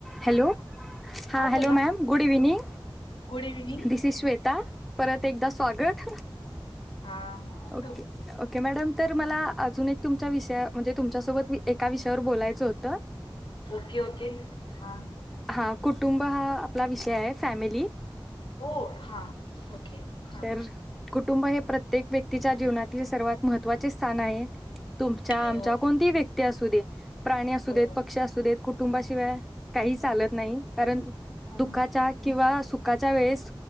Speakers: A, in the centre; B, on the left.
A: Hello, हां
B: हा
A: hello
B: बोला
A: ma'am good evening
B: good evening
A: this is Shweta परत एकदा स्वागत
B: हा
A: ओके
B: त
A: ओके मॅडम तर तुम्हाला अजून एक तुमच्या विषया म्हणजे तुमच्यासोबत एका विषयावर बोलायचं होतं.
B: ओके ओके हा
A: हा कुटुंब हा आपला विषय आहे फॅमिली
B: हो हा ओके हा
A: तर कुटुंब हे प्रत्येक व्य क्तिच्या जीवनातील सर्वात महत्त्वाचे स्थान आहे. तुमच्या
B: हो
A: आमच्या कोणती व्यक्ती असू दे, प्राणी असू
B: हो
A: देत पक्षी असू देत कुटुंबाशिवाय काही चालत नाही, कारण
B: हा
A: दुःखाच्या किंवा सुखाच्या वेळेस